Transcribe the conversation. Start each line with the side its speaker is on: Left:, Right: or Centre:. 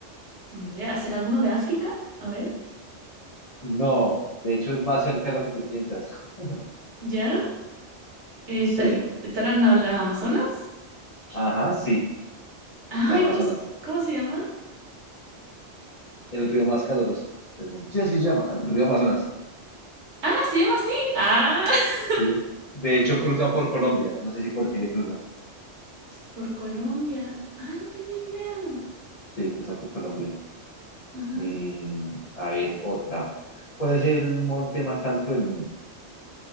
Right: ni idea. ¿Será alguno de África? A ver,
Left: No, de hecho es más cerca de lo que tú piensas. <laughs>
Right: ¿ya? Eh,
Left: Sí,
Right: está- ¿estarán a- las Amazonas?
Left: ajá, sí,
Right: Ay,
Left: el Amazonas,
Right: ¿cómo, se- cómo se llama?
Left: el río más caudaloso del mundo. Sí, así se llama, el río Amazonas.
Right: Ah, se llama así. Ah, <laughs>
Left: Sí. De hecho, cruza por Colombia. No sé si por Chile cruza.
Right: por Colombia. Ah, no tenía ni idea.
Left: Sí, cruza por Colombia.
Right: Ajá.
Left: Eh, a ver, otra. ¿Cuál es el monte más alto del mundo?